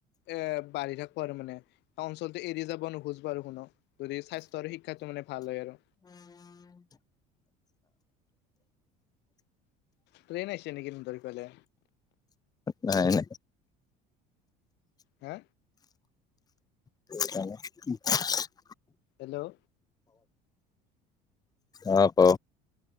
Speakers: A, on the left; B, on the left.
A: এ বাঢ়ি থাকব আৰু মানে। অঞ্চলটো এৰি যাব নোখোজব আৰু কোন যদি স্বাস্থ আৰু শিক্ষাতটো মানে ভাল হয় আৰু। প্লেন আইছে নক কি তহঁতৰ ইফালে?
B: নাই নাই।
A: হা
B: <inaudible>
A: হেল্ল'
B: অ ক।